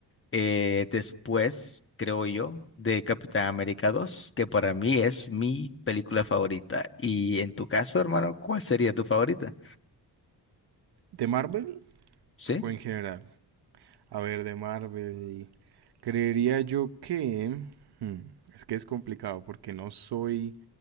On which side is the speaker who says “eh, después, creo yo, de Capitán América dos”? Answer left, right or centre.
Left